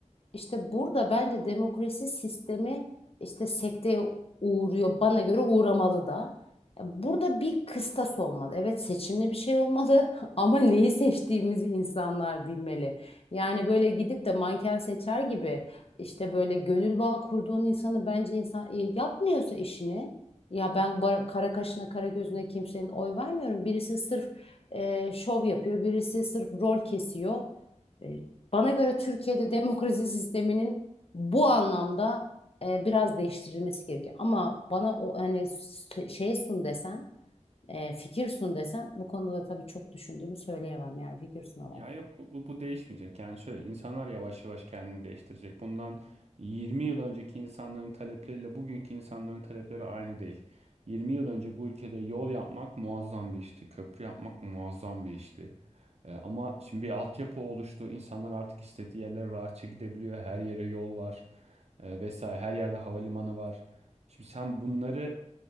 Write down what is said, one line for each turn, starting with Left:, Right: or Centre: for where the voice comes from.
Left: İşte burada bence demokrasi sistemi işte sekteye uğruyor. Bana göre uğramalı da. Ya Burada bir kıstas olmalı. Evet seçimli bir şey olmalı <laughs> ama neyi seçtiğimizi insanlar bilmeli. Yani böyle gidip de manken seçer gibi işte böyle gönül bağı kurduğun insanı bence insan e, yapmıyorsa işini ya ben bar- kara kaşına kara gözüne kimsenin oy vermiyorum. Birisi sırf e, şov yapıyor, birisi sırf rol kesiyor. E, bana göre Türkiye'de demokrasi sisteminin bu anlamda e, biraz değiştirilmesi gerekiyor. Ama bana o hani s- şey sun desen, e, fikir sun desen bu konuda da tabii çok düşündüğümü söyleyemem yani fikir sunamam.
Right: Ya yok bu, bu, bu değişmeyecek. Yani şöyle insanlar yavaş yavaş kendini değiştirecek. Bundan 20 yıl önceki insanların talepleriyle bugünkü insanların talepleri aynı değil. 20 yıl önce bu ülkede yol yapmak muazzam bir işti. Köprü yapmak muazzam bir işti. Ee, ama şimdi bir altyapı oluştu. İnsanlar artık istediği yerlere rahatça gidebiliyor. Her yere yol var. Ee, vesaire. Her yerde havalimanı var. Şimdi sen bunları